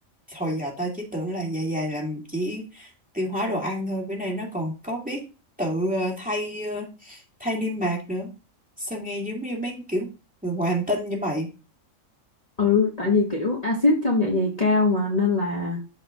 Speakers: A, in the centre; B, on the left (about 30°).
A: hồi giờ tao chỉ tưởng là dạ dày làm chỉ tiêu hóa đồ ăn thôi bữa nay nó còn có biết tự ờ, thay ờ, thay niêm mạc nữa sao nghe giống như mấy kiểu người ngoài hành tinh như mày
B: ừ tại vì kiểu axit trong dạ dày cao mà nên là